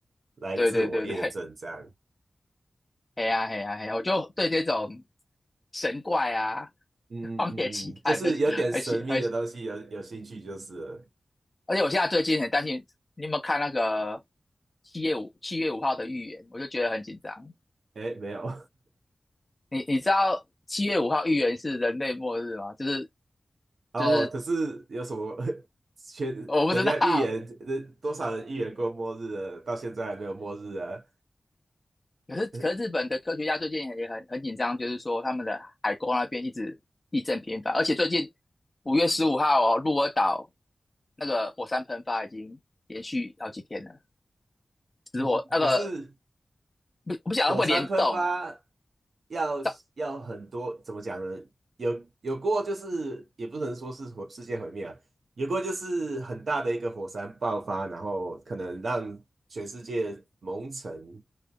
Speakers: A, on the right; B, on the left.
A: 来自我验证这样。
B: 对对对对，嘿呀嘿呀嘿呀，我就对这种神怪啊、
A: 嗯嗯嗯嗯就是有点神秘的东西有有兴趣就是了，
B: <laughs> 荒野奇谭的，而且而且而且，我现在最近很担心，你有没有看那个七月五七月五号的预言？我就觉得很紧张。
A: 哎，没有
B: 你你知道七月五号预言是人类末日吗？就是
A: <laughs> 哦，
B: 就是
A: 可是有什么 <laughs> 全人家预言，
B: 我不知道，
A: 人多少人预言过末日了，到现在还没有末日啊？
B: 可是可是日本的科学家最近也很很紧张，
A: <laughs>
B: 就是说他们的海沟那边一直地震频繁，而且最近五月十五号哦，鹿儿岛那个火山喷发已经连续好几天了。死我那个
A: 嗯，可是。
B: 不不晓得会不会联动啊？
A: 火山喷发要要很多，
B: 这
A: 怎么讲呢？有有过就是也不能说是火世界毁灭啊，有过就是很大的一个火山爆发，然后可能让全世界蒙尘，